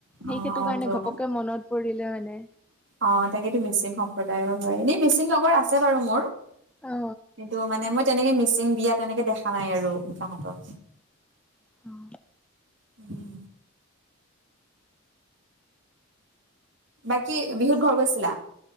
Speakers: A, in the centre; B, on the right (about 60°).
A: সেই
B: অঁ
A: সেইটো
B: অঁ
A: কাৰণে
B: তো
A: ঘপককে
B: অঁ
A: মনত পৰিলে মানে
B: অঁ তাকেটো মিচিং সম্প্ৰ সম্প্ৰদায়ৰ হয় এনেই মিচিং লগৰ আছে বাৰু মোৰ
A: অ
B: কিন্তু মানে মই তেনেকে মিচিং বিয়া তেনেকে দেখা নাই আৰু তাঁহতৰ।
A: অঁ।
B: উম। বাকী বিহুত ঘৰ গৈছিলা?